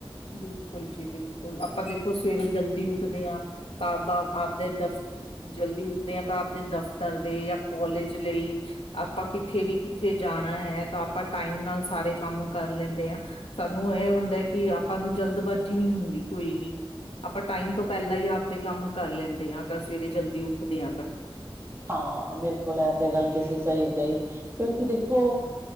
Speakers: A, on the left (about 75°); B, on the right (about 25°).
A: ਬਿਲਕੁਲ ਜੀ, ਬਿਲਕੁਲ, ਆਪਾਂ ਦੇਖੋ ਸਵੇਰੇ ਜਲਦੀ ਉੱਠਦੇ ਆ ਕਿਤਾਬਾਂ ਆਪਦੇ ਦਫ਼ ਜਲਦੀ ਉੱਠਦੇ ਆ ਤਾਂ ਆਬਦੇ ਦਫ਼ਤਰ ਦੇ ਜਾਂ ਕੋਲਜ ਲਈ ਆਪਾਂ ਕਿੱਥੇ ਵੀ ਕਿੱਥੇ ਜਾਣਾ ਏ ਤਾਂ ਆਪਾਂ ਟਾਈਮ ਨਾਲ ਸਾਰੇ ਕੰਮ ਕਰ ਲੈਂਦੇ ਆ ਸਾਨੂੰ ਐ ਹੁੰਦਾ ਕਿ ਆਪਾਂ ਨੂੰ ਜਲਦਬਾਜ਼ੀ ਨੀ ਹੁੰਦੀ ਕੋਈ ਵੀ ਆਪਾਂ ਟਾਈਮ ਤੋਂ ਪਹਿਲਾਂ ਹੀ ਆਪਦੇ ਕੰਮ ਕਰ ਲੈਂਦੇ ਆ, ਅਗਰ ਸਵੇਰੇ ਜਲਦੀ ਉੱਠਦੇ ਆ ਤਾਂ
B: ਹਾਂ ਬਿਲਕੁਲ ਇਹ ਤੇ ਗੱਲ ਤੁਸੀਂ ਸਹੀ ਕਹੀ ਕਿਉਂਕਿ ਦੇਖੋ